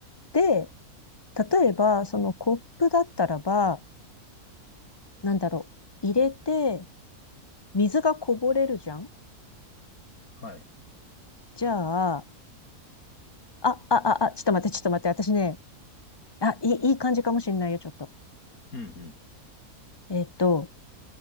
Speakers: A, on the left; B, on the left.
A: で、例えば、そのコップだったらば、なんだろう、入れて、水がこぼれるじゃん
B: はい。
A: じゃあ、あ、あ、あ、あ、ちょっと待って、ちょっと待って、私ね、あ、いい、いい感じかもしんないよ、ちょっと。
B: うんうん。
A: えっと、